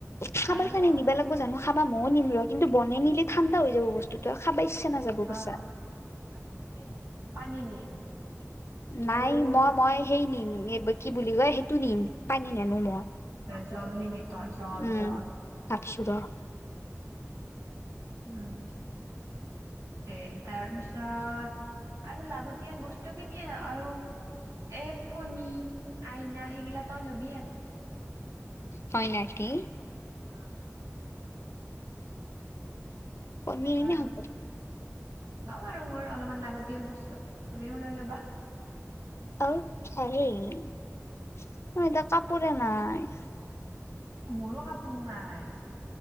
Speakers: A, on the left; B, on the right.
A: খাবাৰ
B: আৰু
A: কাৰণে নিবা লাগব জানো খাবা ময় নিম ৰ, কিন্তু বন নিলে ঠাণ্ডা হৈ যাব বস্তুতটো আৰু খাব। ইচা নাযাব
B: অ
A: কছা।
B: আৰু সেই নিম পানী নিম।
A: নাই
B: আৰু
A: মই মই সেই নিম এই কি বুলি কয় সেইটো নিম। পানী নানো
B: জল
A: মই
B: নিবি তই জল নিবি তই জল
A: উম
B: জল
A: ভাবছো ৰ
B: উম সেই তাৰপিছত আৰু লাগতিয়াল বস্তু খিনিয়ে আৰু এ ফণী আইনা সেইগিলা তই ল'বি আৰু
A: হয় নাকি?
B: অ
A: কণী
B: মই
A: নিলে
B: আৰু
A: হব।
B: ল'ম আৰু মোৰ অলপমান লাগতিয়াল বস্তু তুমিও লৈ ল'বা
A: অকে মই এতিয়া কাপোৰে নাই
B: মোৰো কাপোৰ নাই